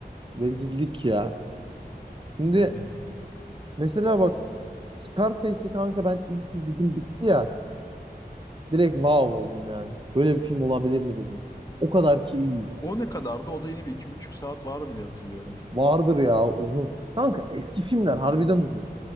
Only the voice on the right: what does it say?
Rezillik ya. Şimdi
mesela bak Scarface'i kanka ben ilk izledim bitti ya. Direkt wow oldum yani. Böyle bir film olabilir mi dedim. O kadar ki iyi.
Vardır ya uzun. Kanka eski filmler harbiden uzun.